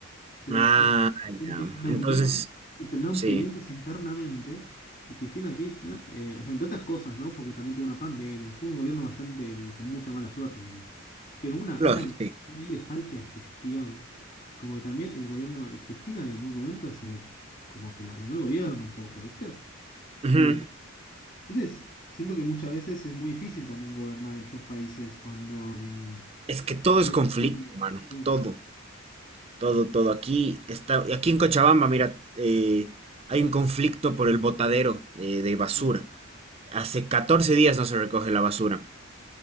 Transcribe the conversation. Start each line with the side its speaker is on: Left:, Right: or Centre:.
Left: Era
Right: Ah,
Left: un frente, frente-
Right: ya.
Left: una
Right: Entonces,
Left: unión y terminaron
Right: sí,
Left: peleándose internamente. Y Cristina Kirchner, eh, o sea, entre otras cosas, ¿no? Porque también tuvo una pandemia, fue un gobierno bastante mm, con mucha mala suerte también. Pero una,
Right: lógico,
Left: una
Right: sí.
Left: nivel de falta de gestión, como que también el gobierno de Cristina en un momento se le, como que la arruinó el gobierno un poco, ¿viste?
Right: Ujú.
Left: Eh, entonces, siento que muchas veces es muy difícil también gobernar estos países cuando... mm,
Right: Es que todo
Left: bueno,
Right: es conflicto,
Left: frente único,
Right: hermano.
Left: sí,
Right: Todo, todo, todo. Aquí está, aquí en Cochabamba, mira, eh, hay un conflicto por el botadero eh, de basura.
Left: sí.
Right: Hace 14 días no se recoge la basura,